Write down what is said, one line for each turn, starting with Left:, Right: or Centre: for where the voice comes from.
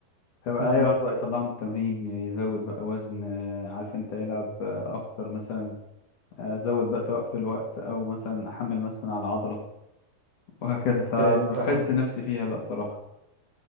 Left: فيبقى
Right: مم.
Left: ايوه يبدأ يطلعه من التمرين يزود بقى وزن آه، عارف انت يلعب آه، اكتر مثلا آه، زود بقى سواء في الوقت او مثلا احمل مثلا على عضلة وهكذا فبحس
Right: جامد ده
Left: نفسي فيها بقى صراحة